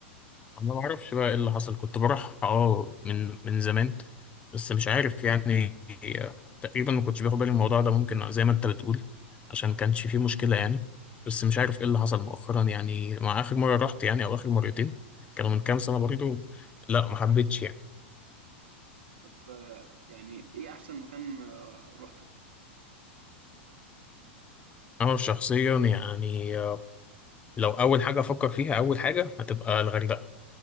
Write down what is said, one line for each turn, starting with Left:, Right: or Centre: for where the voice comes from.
Left: أنا ما أعرفش بقى إيه اللي حصل كنت بروح أه من من زمان بس مش عارف يعني تقريبا ما كنتش باخد بالي من الموضوع ده ممكن زي ما أنت بتقول عشان كانش فيه مشكلة يعني بس مش عارف إيه اللي حصل مؤخرا يعني مع آخر مرة رحت يعني أو آخر مرتين كانوا من كام سنة برضه لا ما حبيتش يعني
Right: طب آه، يعني ايه احسن مكان آه، روحته
Left: أنا شخصيا يعني آه، لو أول حاجة أفكر فيها أول حاجة هتبقى الغردقة